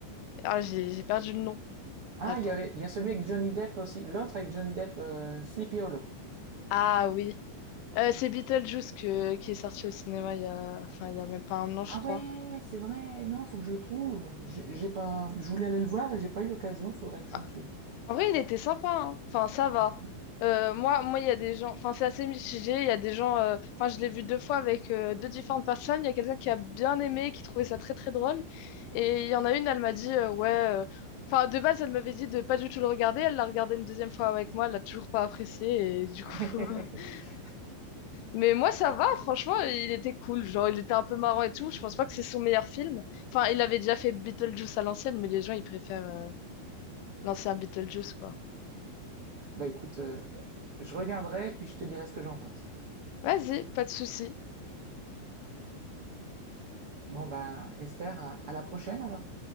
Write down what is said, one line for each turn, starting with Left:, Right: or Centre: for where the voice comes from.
Left: Ah, j'ai j'ai perdu le nom.
Right: Ah,
Left: Attends.
Right: il y avait, il y a celui avec Johnny Depp aussi. L'autre avec Johnny Depp, euh, Sleepy Hollow.
Left: Ah oui. Euh, c'est Beetlejuice que, qui est sorti au cinéma il y a, enfin, il y a même pas un an, je
Right: Ah ouais,
Left: crois.
Right: c'est vrai. Non, faut que je le trouve. J'ai j'ai pas, je voulais aller le voir et j'ai pas eu l'occasion. Faudrait que je
Left: Ah,
Right: le trouve.
Left: En vrai, il était sympa, hein. Enfin, ça va.
Right: Mhm.
Left: Euh, moi, moi, il y a des gens. Enfin, c'est assez mitigé. Il y a des gens. euh, Enfin, je l'ai vu deux fois avec euh, deux différentes personnes. Il y a quelqu'un qui a bien aimé, qui trouvait ça très très drôle. Et il y en a une, elle m'a dit euh, ouais. euh, Enfin, de base, elle m'avait dit de pas du tout le regarder. Elle l'a regardé une deuxième fois avec moi. Elle l'a toujours pas apprécié. Et du coup.
Right: <laughs>
Left: <laughs> Mais moi, ça va. Franchement, il était cool. Genre, il était un peu marrant et tout. Je pense pas que c'est son meilleur film. Enfin, il avait déjà fait Beetlejuice à l'ancienne, mais les gens, ils préfèrent euh, l'ancien Beetlejuice, quoi.
Right: Bah écoute, euh, je regarderai puis je te dirai ce que j'en pense.
Left: Vas-y, pas de souci.
Right: Bon bah Esther, à à la prochaine alors.